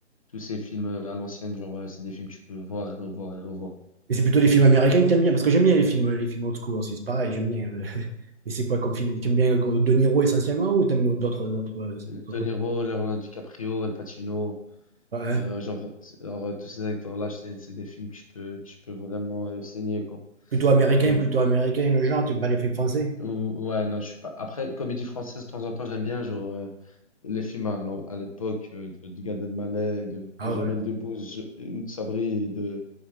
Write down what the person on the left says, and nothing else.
tous ces films euh, à l'ancienne, genre, euh, c'est des films que je peux voir et revoir et revoir.
De
Niro, Leonardo DiCaprio, Al Pacino.
Euh, genre, c'est- euh, tous ces acteurs-là, c'est c'est des films que je peux, que je peux vraiment euh, saigner, quoi.
Hmm.
Ou- ouais, non, je suis pas. Après, comédie française, de temps en temps, j'aime bien, genre, euh, les films à, l'en- à l'époque euh, de, du Gad Elmaleh, et de,
de Jamel
Debbouze, je- ou de Sabri et de,